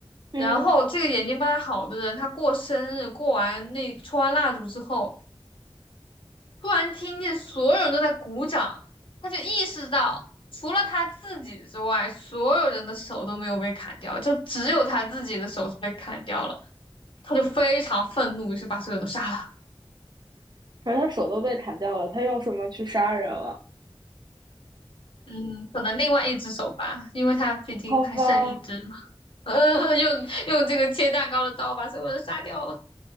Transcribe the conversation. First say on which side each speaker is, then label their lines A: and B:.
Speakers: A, on the right (about 50°); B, on the left (about 65°).
A: 嗯。
B: 然后这个眼睛不太好的人，他过生日，过完那抽完蜡烛之后。突然听见所有人都在鼓掌，他就意识到，除了他自己之外，所有人的手都没有被砍掉，就只有他自己的手是被砍掉了。他就非常愤怒，于是把所有人都杀了。
A: 可是他手都被砍掉了，他用什么去杀人了？
B: 嗯，可能另外一只手吧，因为他毕竟还剩一只嘛。
A: 好吧，
B: <laughs> 呃，用用这个切蛋糕的刀把所有人杀掉了，